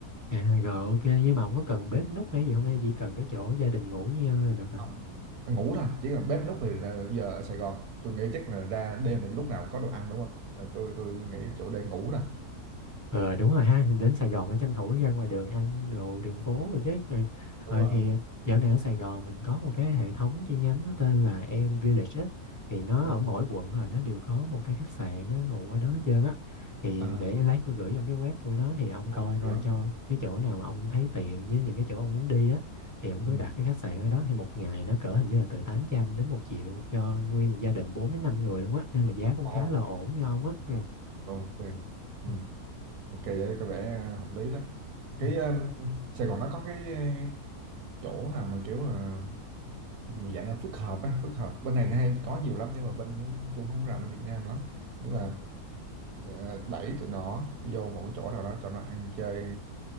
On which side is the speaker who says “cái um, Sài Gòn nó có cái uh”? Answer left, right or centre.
Right